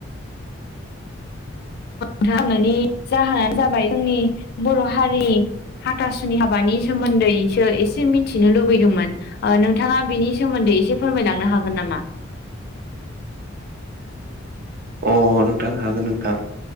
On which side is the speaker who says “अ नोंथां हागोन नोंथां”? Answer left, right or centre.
Right